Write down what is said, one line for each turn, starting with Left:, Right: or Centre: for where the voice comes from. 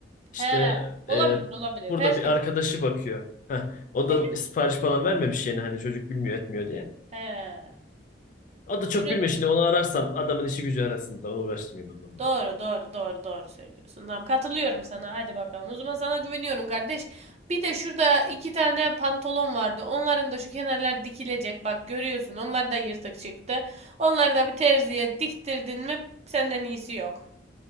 Left: İşte
Right: He. Olabilir
Left: e,
Right: olabilir.
Left: burada
Right: Herkes.
Left: bir arkadaşı bakıyor. Heh, o
Right: Eh,
Left: da sipariş falan vermemiş yeni hani çocuk bilmiyor etmiyor diye.
Right: He.
Left: O da çok
Right: Ürün-
Left: bilmiyor şimdi onu ararsam adamın işi gücü arasında onu uğraştırmayayım onunla.
Right: Doğru doğru doğru doğru söylüyorsun. Tamam katılıyorum sana. Hadi bakalım. O zaman sana güveniyorum kardeş. Bir de şurada iki tane pantolon vardı. Onların da şu kenarlar dikilecek. Bak görüyorsun. Onlar da yırtık çıktı. Onları da bir terziye diktirdin mi senden iyisi yok.